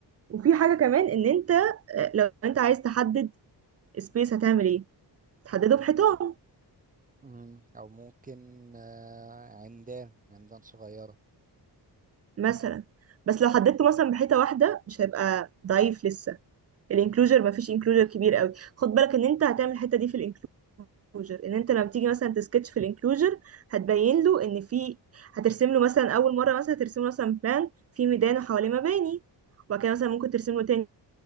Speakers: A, on the right; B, on the right.
A: وفي حاجة كمان ان انت آه، لو انت عايز تحدد سبيس هتعمل ايه تحدده بحيطان
B: مم. أو ممكن آه، عمدان عمدان صغيرة
A: مثلا بس لو حددته مثلا بحيطة واحدة مش هيبقى ضعيف لسه الانكلوجر
B: مم.
A: مفيش انكلوجر كبير قوي خد بالك ان انت هتعمل الحتة دي في الانكلوجر ان انت لما تيجي مثلا تسكتش في الانكلوجر هتبين له ان في هترسم له مثلا اول مرة مثلا هترسم له مثلا بلان في ميدان وحواليه مباني وبعد كده مثلا ممكن ترسم له تاني